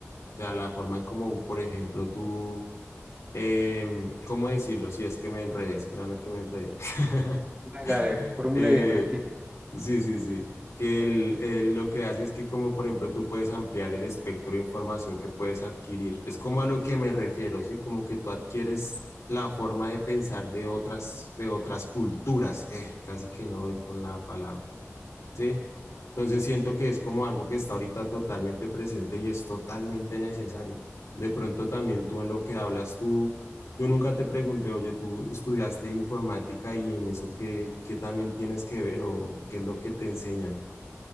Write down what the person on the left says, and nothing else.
o sea, la forma en cómo, por ejemplo, tú em, ¿cómo decirlo? Si es que me enredé, espérame que me enredé. <laughs>
Eh,
sí, sí, sí. Que el- el- lo que hace es que, como por ejemplo, tú puedes ampliar el espectro de información que puedes adquirir. Es como a lo que me refiero, ¿sí? Como que tú adquieres la forma de pensar de otras, de otras culturas. Eh, casi que no doy con la palabra. ¿sí? Entonces siento que es como algo que está ahorita totalmente presente y es totalmente necesario. De pronto también tú en lo que hablas, tú, yo nunca te pregunté, oye, tú estudiaste informática y en eso qué, qué también tienes que ver o qué es lo que te enseñan.